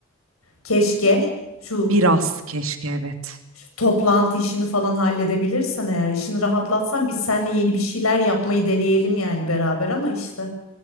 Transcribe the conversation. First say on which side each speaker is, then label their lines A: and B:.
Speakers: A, on the left (about 90°); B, on the right (about 75°).
A: keşke şu,
B: Biraz keşke evet.
A: şu toplantı işini falan halledebilirsen eğer işini rahatlatsan biz seninle yeni bir şeyler yapmayı deneyelim yani beraber ama işte.